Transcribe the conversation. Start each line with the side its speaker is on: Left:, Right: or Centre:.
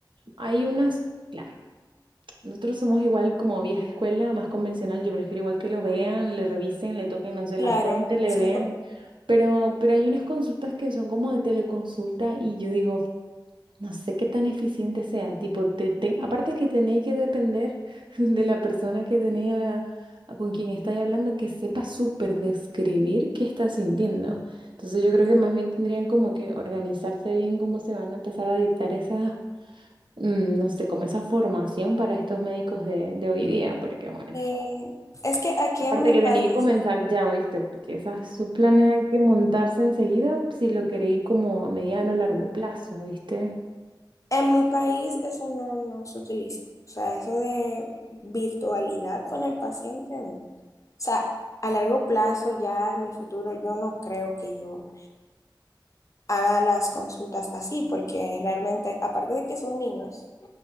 Right: hay unas, claro. Nosotros somos igual como vieja escuela, más convencional. Yo prefiero igual que lo vean, le revisen, le toquen, no sé,
Left: Claro,
Right: la frente, le
Left: siempre.
Right: vean. Pero, pero hay unas consultas que son como de teleconsulta y yo digo, no sé qué tan eficiente sea. Tipo, te, ten- aparte que tenéis que depender <laughs> de la persona que tenéis a- a con quien estáis hablando, que sepa súper describir qué está sintiendo. Entonces yo creo que más bien tendrían como que organizarse bien cómo se van a empezar a dictar esas mm, no sé, como esa formación para estos médicos de, de hoy día, porque bueno,
Left: que- Es que aquí
Right: aparte
Left: en mi
Right: que tenía
Left: país,
Right: que comenzar ya, ¿viste? Porque esas, sus planes hay que montarse enseguida si lo queréis como a mediano o largo plazo, ¿viste?
Left: en mi país eso no, no se utiliza. O sea, eso de virtualidad con el paciente, no. O sea, a largo plazo, ya en mi futuro, yo no creo que yo haga las consultas así, porque realmente, aparte de que son niños,